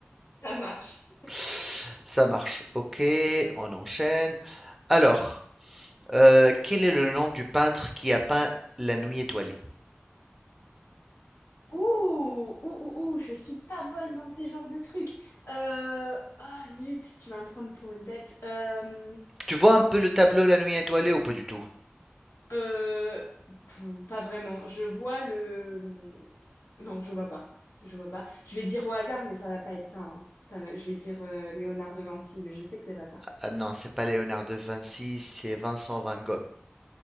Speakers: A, on the left; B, in the centre.
A: ça marche.
B: <laughs> Ça marche. Ok, on enchaîne. Alors, euh, quel est le nom du peintre qui a peint La Nuit étoilée?
A: Ouh, ouh, ouh, ouh, je suis pas bonne dans ces genres de trucs. Euh, Ah zut, tu vas me prendre pour une bête. Euh,
B: Tu vois un peu le tableau La Nuit étoilée ou pas du tout?
A: Euh, pou- pas vraiment. Je vois le... Non, je vois pas. Je vois pas. Je vais dire au hasard, mais ça va pas être ça. hein. Ça va- Je vais dire euh, Léonard de Vinci, mais je sais que c'est pas ça.
B: Ah non, c'est pas Léonard de Vinci, c'est Vincent Van Gogh.